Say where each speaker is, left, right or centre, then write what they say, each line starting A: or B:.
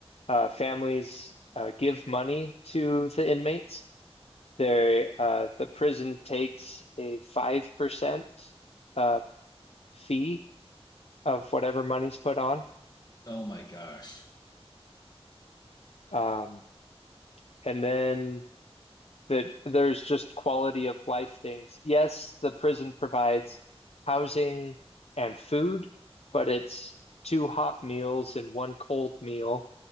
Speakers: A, on the left; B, on the left.
A: uh, families uh, give money to the inmates, they uh, the prison takes a five percent uh, fee of whatever money's put on,
B: Oh my gosh.
A: um, and then that there's just quality of life things. Yes, the prison provides housing and food, but it's two hot meals and one cold meal.